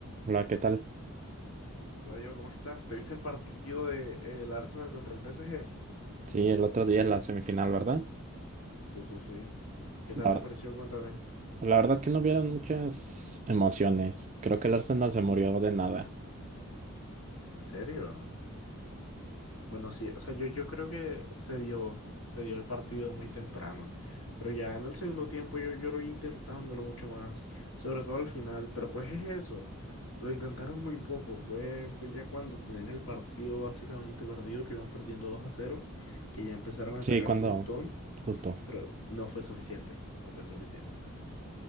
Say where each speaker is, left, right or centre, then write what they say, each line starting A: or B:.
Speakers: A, on the right; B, on the left.
A: Hola, ¿qué tal?
B: Hola Diego, ¿cómo estás? ¿Te viste el partido de, eh, el Arsenal contra el PSG?
A: Sí, el otro día la semifinal, ¿verdad?
B: Sí, sí, sí. ¿Qué tal
A: La,
B: te
A: ver-
B: pareció? Cuéntame.
A: la verdad que no hubieron muchas emociones. Creo que el Arsenal se murió de nada.
B: ¿En serio? Bueno, sí, o sea, yo, yo creo que se dio, se dio el partido muy temprano, pero ya en el segundo tiempo yo, yo lo vi intentándolo mucho más, sobre todo al final, pero pues es eso, lo intentaron muy poco, fue, fue ya cuando tenían el partido básicamente perdido, que iban perdiendo 2 a cero, que ya empezaron a
A: Sí,
B: atacar
A: cuando,
B: un montón,
A: justo.
B: pero no fue suficiente, no fue suficiente.